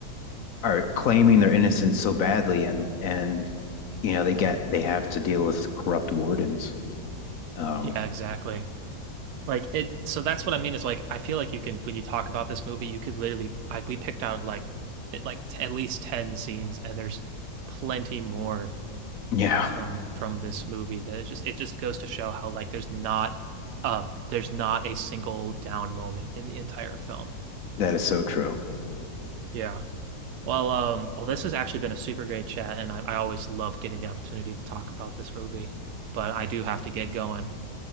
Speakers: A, on the left; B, on the right.
A: are claiming their innocence so badly and and you know, they get they have to deal with corrupt wardens. Um,
B: Yeah, exactly. Like it. So that's what I mean is like I feel like you can when you talk about this movie, you could literally I we picked out like it, like t at least ten scenes, and there's plenty more
A: yeah,
B: from from this movie that it just it just goes to show how like there's not uh there's not a single down moment in the entire film.
A: that is so true.
B: Yeah. Well, um, well, this has actually been a super great chat, and I, I always love getting the opportunity to talk about this movie. But I do have to get going.